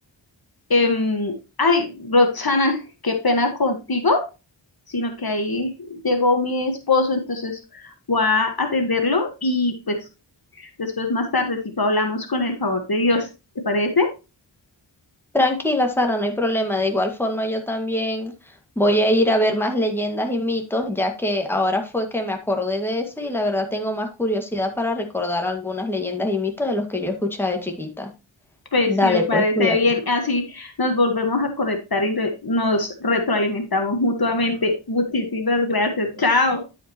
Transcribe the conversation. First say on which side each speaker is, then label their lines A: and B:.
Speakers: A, on the left; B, in the centre.
A: Em, ay, Roxana, qué pena contigo, sino que ahí llegó mi esposo, entonces voy a atenderlo y pues Después, más tardecito, hablamos con el favor de Dios. ¿Te parece?
B: Tranquila, Sara, no hay problema. De igual forma, yo también voy a ir a ver más leyendas y mitos, ya que ahora fue que me acordé de eso y la verdad tengo más curiosidad para recordar algunas leyendas y mitos de los que yo escuchaba de chiquita.
A: Pues
B: Dale,
A: sí, me parece
B: pues, cuídate.
A: bien. Así nos volvemos a conectar y re- nos retroalimentamos mutuamente. Muchísimas gracias. Chao.